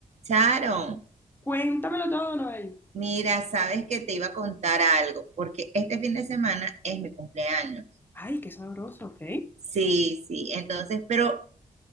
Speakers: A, on the right (about 60°); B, on the left (about 15°).
A: Sharon,
B: Cuéntamelo todo, Noel.
A: mira, sabes que te iba a contar algo, porque este fin de semana es mi cumpleaños.
B: Ay, qué sabroso, ok.
A: Sí, sí, entonces, pero